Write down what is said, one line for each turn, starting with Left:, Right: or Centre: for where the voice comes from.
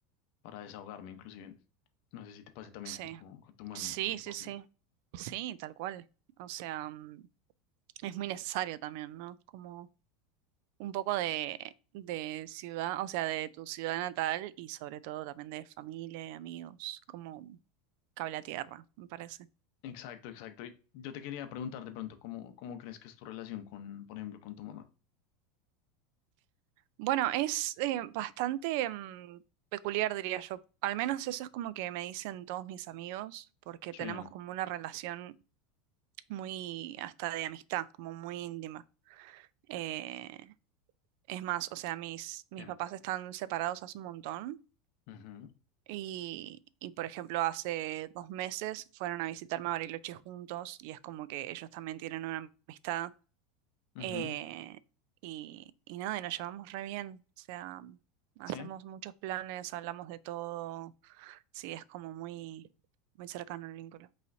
Left: para desahogarme inclusive. No sé si te pase también
Right: sí,
Left: con tu, con tu mami
Right: sí,
Left: o con tu
Right: sí,
Left: papi.
Right: sí. Sí, tal cual. O sea, mm, es muy necesario también, ¿no? Como un poco de, de ciudad, o sea, de tu ciudad natal y sobre todo también de familia y amigos. Como. cable a tierra, me parece.
Left: Exacto, exacto. Y Yo te quería preguntar de pronto cómo, cómo crees que es tu relación con, por ejemplo, con tu mamá.
Right: Bueno, es eh, bastante mm, peculiar, diría yo. Al menos eso es como que me dicen todos mis amigos, porque
Left: Sí.
Right: tenemos como una relación muy, hasta de amistad, como muy íntima. Eh, es más, o sea, mis, mis
Left: Sí.
Right: papás están separados hace un montón
Left: Ujú,
Right: y, y, por ejemplo, hace dos meses fueron a visitarme a Bariloche juntos y es como que ellos también tienen una amistad
Left: ujú.
Right: Eh, y, y nada, y nos llevamos re bien. O sea, hacemos
Left: Sí,
Right: muchos planes, hablamos de todo. Sí, es como muy, muy cercano el vínculo.